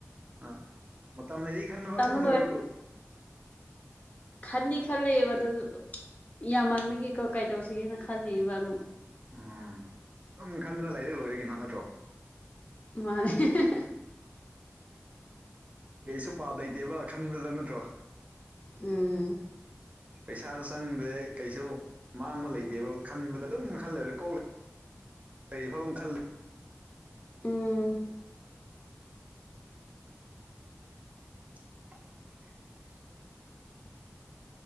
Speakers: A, on the right; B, on the left.
A: ꯑꯥ ꯃꯇꯝ ꯂꯩꯔꯤ ꯈꯟꯅꯕ
B: ꯇꯝꯕ
A: ꯑꯗꯨꯝ ꯂꯣꯏꯌꯨ
B: ꯈꯟꯅꯤ ꯈꯜꯂꯤꯕ ꯑꯗꯨꯒ ꯌꯥꯃꯟꯕꯒꯤꯀꯣ ꯀꯩꯗꯧꯁꯤꯒꯦꯅ ꯈꯜꯂꯤꯕ ꯑꯃꯨꯛ
A: ꯎꯝ ꯑꯝ ꯈꯟꯗꯅ ꯂꯩꯔ ꯂꯣꯏꯔꯦ ꯀꯅꯣ ꯅꯠꯇ꯭ꯔꯣ
B: ꯃꯥꯅꯦ ꯍꯦꯍꯦꯍꯦ
A: ꯀꯩꯁꯨ ꯄꯥꯞ ꯂꯩꯗꯦꯕ ꯈꯟꯕꯗ ꯅꯠꯇ꯭ꯔꯣ
B: ꯎꯝ
A: ꯄꯩꯁꯥꯖꯨ ꯆꯪꯗꯦ ꯀꯩꯁꯨ ꯃꯥꯡꯕ ꯂꯩꯇꯦꯕ ꯈꯟꯕꯗ ꯑꯗꯨꯝ ꯃꯈꯜꯂꯩꯔ ꯀꯣꯛꯂ <unintelligible>
B: ꯎꯝ
A: <unintelligible>